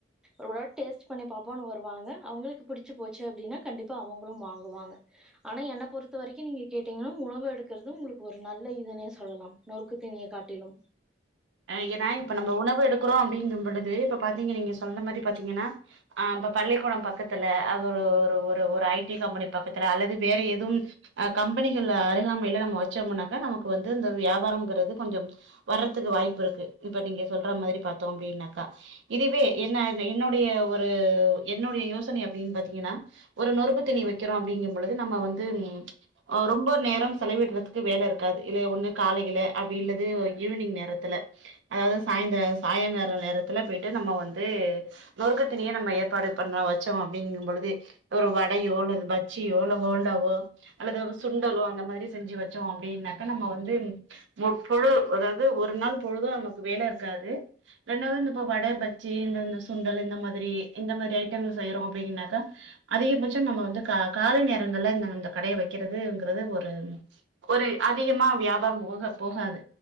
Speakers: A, in the centre; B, on the right.
A: ஒருளவு டேஸ்ட் பண்ணி பாப்போனு வருவாங்க அவங்களுக்கு புடிச்சு போச்சு அப்டின்னா கண்டிப்பா அவங்களு வாங்குவாக ஆனா என்ன பொறுத்த வரைக்கு நீங்க கேட்டீங்கன்னா உணவு எடுக்கறது உங்களுக்கு ஒரு நாள் இதனே சொல்லா நொறுக்கு திணிய காட்டிலு
B: அ ஏனா இப்ப நம்ப உணவு எடுக்கிறோ அப்டிங்கும் பொழுது இப்ப பாத்தீங்க நீங்க சொல்ற மாரி பாத்தீங்கன்னா ஆ இப்ப பள்ளிக்கூடம் பக்கத்துல அது ஒரு ஒரு ஐ டி கம்பெனி பக்கத்துல அல்லது வேற எதுவும் அ கம்பெனிகள் அருகாமையில நம்ம வச்சோம்னாக்க நமக்கு வந்து வியாபாரங்கிறது கொஞ்சோ வர்றதுக்கு வாய்ப்பு இருக்கு இப்ப நீங்க சொல்ற மாதிரி பாத்தோ அப்டின்னாக்கா இதுவே என்ன என்னுடைய ஒரு என்னுடைய யோசனை அப்டின்னு பாத்தீங்கன்னா ஒரு நொறுக்கு திணி வைக்கிறோ அப்டிங்க பொழுது நம்ம வந்து ரொம்ப நேரம் செலவிடுற்றதுக்கு வேல இருக்காது இல்ல ஒன்னு காலையில அப்டி இல்லது ஈவினிங் நேரத்துல அதாவ்து சாய்ந்த சாய்ங்காலோ நேரத்துல போய்ட்டு நம்ம வந்து நோறுக்கு தீனிய நம்ம ஏற்பாடு பண்ணோ வெச்சோம் அப்டிங்கும்பொழுது ஒரு வடையோ அல்லது பஜ்ஜியோ இல்ல போண்டாவோ அல்லது ஒரு சுண்டலோ அந்த மாதிரி செஞ்சு வெச்சோ அப்டின்னாக்கா நம்ம வந்து முப்பொழு அதாவுது ஒரு நாள் பொழுது நமக்கு வேல இருக்காது ரெண்டாவது இந்த இப்ப வட பஜ்ஜி இந்த சுண்டலு இந்த மாதிரி இந்த மாரி ஐட்டங்கள் செய்றோ அப்டிங்கனாக்கா அதிகபட்சம் நம்ம வந்து கா காலை நேரங்கள்ல இந்த இந்த கடயை வெக்கெறதுங்கறது ஒரு ஒரு அதிகமா வியாபாரம் போக போகாது